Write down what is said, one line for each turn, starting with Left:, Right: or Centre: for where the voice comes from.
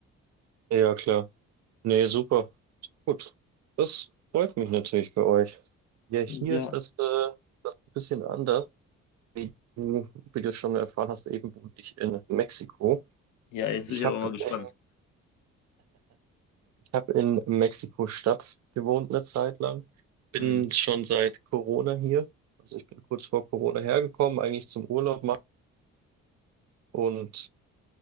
Right: Ja, klar. Nee, super. Gut. Das freut mich natürlich für euch. Ja, hier
Left: Ja,
Right: ist das, äh, das ein bisschen anders, wie du, wie du schon erfahren hast, eben wohne ich in Mexiko.
Left: ja, jetzt
Right: Ich
Left: bin ich aber
Right: habe
Left: mal gespannt.
Right: in, ich hab in Mexiko-Stadt gewohnt eine Zeit lang. Bin
Left: Mhm.
Right: schon seit Corona hier. Also ich bin kurz vor Corona hergekommen, eigentlich zum Urlaub machen. Und